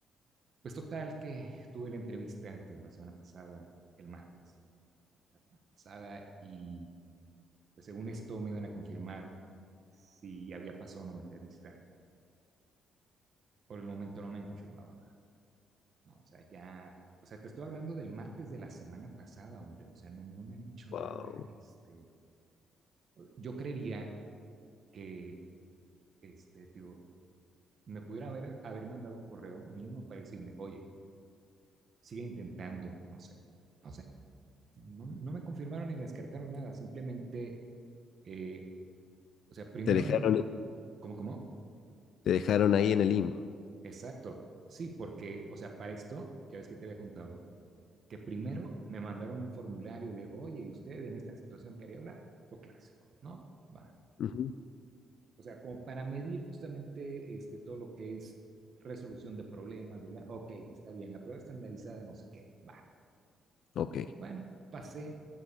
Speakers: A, on the right; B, on the left.
A: Pues total que tuve la entrevista, te digo, la semana pasada, el martes, la semana pasada, y pues según esto me iban a confirmar si había pasado o no la entrevista. Por el momento no me han confirmado nada, ¿no? O sea, ya, o sea, te estoy hablando del martes de la semana pasada, hombre, o sea, no, no me han dicho
B: Wow.
A: nada, este, yo creería que, este, te digo, me pudiera haber, haber mandado un correo mínimo para decirme, oye, sigue intentando, no sé, no sé, no, no no me confirmaron ni me descartaron nada, simplemente Eh, o sea, primero
B: Te dejaron,
A: me mandaron, ¿cómo, cómo?
B: te dejaron ahí en el limbo.
A: Exacto, sí, porque, o sea, para esto, ya ves que te había contado, que primero me mandaron un formulario de, oye, ¿y usted en esta situación quería hablar? Lo clásico, ¿no? Va.
B: Ujú.
A: O sea, como para medir justamente este, todo lo que es resolución de problemas, ¿verdad? Ok, está bien, la prueba estandarizada, no sé qué, va.
B: Ok.
A: Bueno, pasé